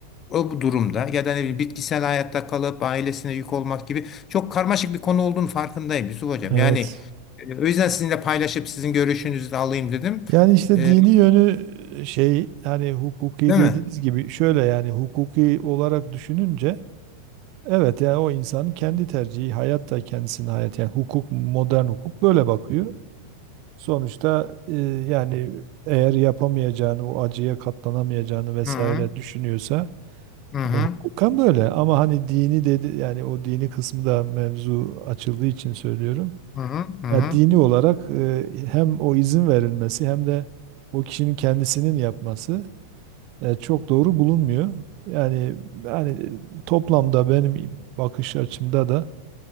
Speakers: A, on the left; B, on the right.
A: o bu durumda ya da ne bileyim, bitkisel hayatta kalıp ailesine yük olmak gibi çok karmaşık bir konu olduğunu farkındayım Yusuf Hocam.
B: Evet.
A: Yani e, o yüzden sizinle paylaşıp sizin görüşünüzü de alayım dedim.
B: Yani işte
A: E,
B: dini yönü e, şey hani hukuki
A: değil
B: dediğiniz
A: mi?
B: gibi şöyle yani hukuki olarak düşününce evet yani o insanın kendi tercihi hayat da kendisinin hayat yani hukuk modern hukuk böyle bakıyor. Sonuçta e, yani eğer yapamayacağını o acıya katlanamayacağını vesaire
A: Hı hı
B: düşünüyorsa
A: hı hı
B: Yani hukuken böyle ama hani dini dedi yani o dini kısmı da mevzu açıldığı için söylüyorum.
A: hı hı hı. hı.
B: Yani dini olarak e, hem o izin verilmesi hem de o kişinin kendisinin yapması e, çok doğru bulunmuyor. Yani yani toplamda benim bakış açımda da